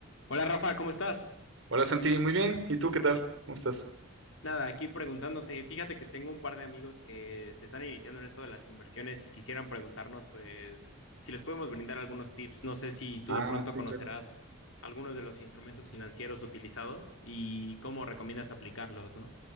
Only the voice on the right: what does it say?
Hola Santi, muy bien. ¿Y tú qué tal? ¿Cómo estás?
Ah,
sí,
claro.